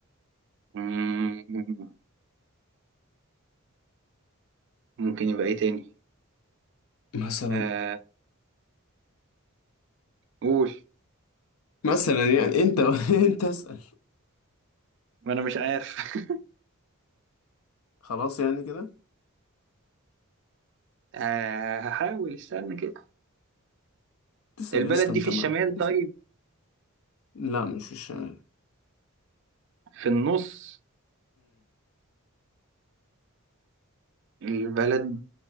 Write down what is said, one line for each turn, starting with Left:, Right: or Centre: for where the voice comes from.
Right: م- م- ممكن يبقى ايه تاني
Left: مثلا
Right: آه قول
Left: مثلا يعني انت <laughs> انت اسأل
Right: ما انا مش عارف <laughs>
Left: خلاص يعني كده
Right: آه هحاول استنى كده
Left: تسأل
Right: البلد
Left: يا اسطى انت
Right: دي في
Left: ما
Right: الشمال
Left: تسأل.
Right: طيب
Left: لا مش في الشمال
Right: في النص البلد